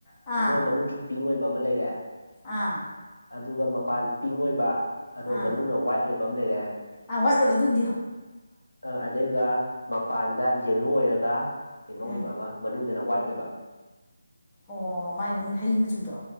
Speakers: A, on the left; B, on the left.
A: ꯑꯥ
B: ꯑꯗꯣ ꯃꯅꯨꯡꯁꯨ ꯄꯤꯡ ꯑꯣꯏꯕ ꯑꯃ ꯂꯩꯔꯦ
A: ꯑꯥ
B: ꯑꯗꯨꯒ ꯃꯄꯥꯟ ꯄꯤꯡ ꯑꯣꯏꯕ ꯑꯗꯣ
A: ꯑꯥ
B: ꯃꯅꯨꯡꯅ ꯋꯥꯏꯠ ꯑꯣꯏꯕ ꯑꯝ ꯂꯩꯔꯦ
A: ꯑꯥ ꯋꯥꯠ ꯑꯣꯏꯕ ꯗꯨꯝ
B: ꯑꯥ ꯑꯗꯨꯒꯥ ꯃꯄꯥꯟꯗ ꯌꯦꯂꯣ ꯑꯣꯏꯔꯒ ꯀꯩꯅꯣ
A: ꯎꯝ
B: ꯑꯣꯏꯕ ꯑꯃ ꯃꯅꯨꯡꯗꯅ ꯋꯥꯏꯠ ꯑꯣꯏꯕ
A: ꯑꯣ ꯃꯥꯏ ꯃꯥꯅꯨꯡꯗ ꯍꯩ ꯃꯆꯨꯗꯣ